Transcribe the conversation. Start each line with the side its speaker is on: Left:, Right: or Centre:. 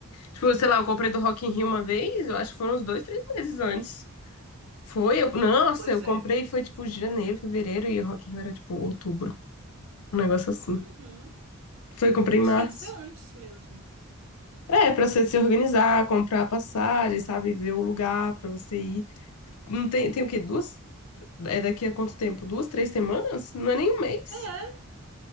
Left: Tipo, sei lá, eu comprei do Rock in Rio uma vez, eu acho que foram uns dois, três meses antes. Foi, eu, nossa,
Right: pois
Left: eu comprei,
Right: é.
Left: foi tipo janeiro, fevereiro, e o Rock in Rio era tipo outubro. um negócio assim.
Right: Uhum.
Left: Foi, comprei
Right: A gente
Left: em março.
Right: tem que ser antes mesmo.
Left: É, pra você se organizar, comprar passagem, sabe? Ver o lugar pra você ir. Não tem, tem o quê? Duas? É daqui a quanto tempo? Duas, três semanas? Não é nem um mês.
Right: É,